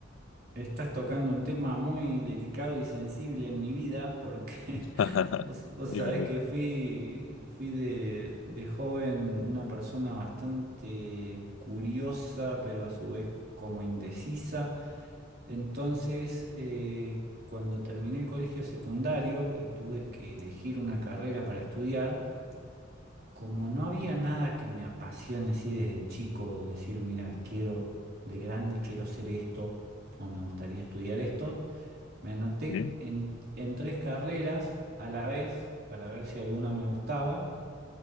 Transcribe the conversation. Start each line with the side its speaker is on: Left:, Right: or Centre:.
Right: Estás tocando un tema muy delicado y sensible en mi vida porque <laughs>
Left: <laughs>
Right: vos, vos
Left: Dime,
Right: sabés
Left: dime.
Right: que fui, fui de, de joven una persona bastante curiosa, pero a su vez como indecisa. Entonces, eh, cuando terminé el colegio secundario y tuve que elegir una carrera para estudiar, como no había nada que me apasione así desde chico, de decir, mira, quiero, de grande quiero ser esto, o me gustaría estudiar esto, me anoté
Left: Sí,
Right: en, en tres carreras a la vez para ver si alguna me gustaba